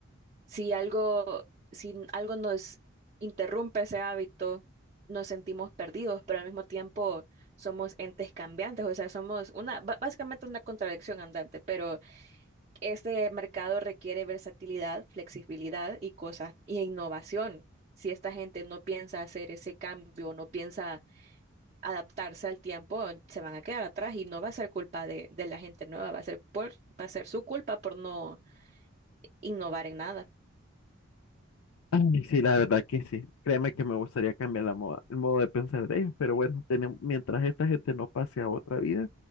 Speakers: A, on the right; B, on the left.
A: Si algo, si algo nos interrumpe ese hábito, nos sentimos perdidos, pero al mismo tiempo somos entes cambiantes, o sea, somos una, ba- básicamente una contradicción andante, pero este mercado requiere versatilidad, flexibilidad y cosas, y innovación. Si esta gente no piensa hacer ese cambio, no piensa adaptarse al tiempo, se van a quedar atrás y no va a ser culpa de, de la gente nueva, va a ser por, va a ser su culpa por no innovar en nada.
B: Ay, sí, la verdad que sí. Créeme que me gustaría cambiar la moda- el modo de pensar de ellos, pero bueno, tenemos, mientras esta gente no pase a otra vida,